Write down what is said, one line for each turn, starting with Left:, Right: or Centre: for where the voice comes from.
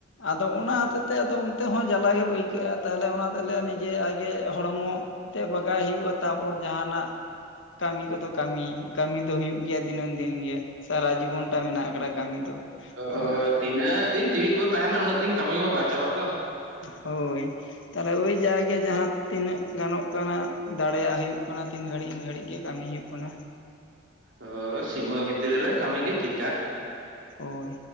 Left: ᱟᱫᱚ ᱚᱱᱟ ᱦᱚᱛᱮᱜ ᱛᱮ ᱟᱫᱚ ᱚᱱᱛᱮ ᱦᱚᱸ ᱡᱟᱞᱟ ᱜᱮ ᱟᱹᱭᱠᱟᱹᱜᱼᱟ ᱛᱟᱦᱞᱮ ᱚᱱᱟ ᱛᱮᱞᱮ ᱱᱤᱡᱮ ᱟᱡᱜᱮ ᱦᱚᱲᱢᱚ ᱛᱮ ᱵᱟᱜᱟᱭ ᱦᱩᱭᱩᱜᱼᱟ ᱛᱟᱯᱚᱨ ᱡᱟᱦᱟ ᱱᱟᱜ ᱠᱟᱹᱢᱤ ᱠᱚᱫᱚ ᱠᱟᱹᱢᱤ ᱠᱟᱹᱢᱤ ᱫᱚ ᱦᱩᱭᱩᱜ ᱜᱮᱭᱟ ᱫᱤᱱᱟᱹᱢ ᱫᱤᱱ ᱜᱮ ᱥᱟᱨᱟ ᱡᱤᱵᱚᱱ ᱴᱟ ᱢᱮᱱᱟᱜ ᱟᱠᱟᱫᱟ ᱠᱟᱹᱢᱤ ᱫᱚ ᱛᱚ
Right: ᱚ ᱛᱤᱱᱟᱹᱜ ᱫᱤᱱ ᱡᱤᱣᱮᱫ ᱵᱚ ᱛᱟᱦᱮᱱᱟ ᱩᱱᱟᱹᱜ ᱫᱤᱱ ᱠᱟᱹᱢᱤ ᱢᱟ ᱵᱟᱭ ᱪᱟᱵᱟᱜ ᱛᱚ
Left: ᱦᱳᱭ ᱛᱟᱦᱚᱞᱮ ᱳᱭ ᱡᱟᱭᱮ ᱡᱟᱦᱟᱸ ᱛᱤᱱᱟᱹᱜ ᱜᱟᱱᱚᱜ ᱠᱟᱱᱟ ᱫᱟᱲᱮᱭᱟᱜ ᱦᱩᱭᱩᱜ ᱠᱟᱱᱟ ᱛᱤᱱ ᱜᱷᱟᱹᱲᱤᱡ ᱤᱱ ᱜᱷᱟᱹᱲᱤᱡ ᱜᱮ ᱠᱟᱹᱢᱤ ᱦᱩᱭᱩᱜ ᱠᱟᱱᱟ
Right: ᱚ ᱥᱤᱢᱟᱹ ᱵᱷᱤᱛᱨᱤ ᱨᱮ ᱠᱟᱹᱢᱤ ᱜᱮ ᱴᱷᱤᱠᱟ
Left: ᱦᱳᱭ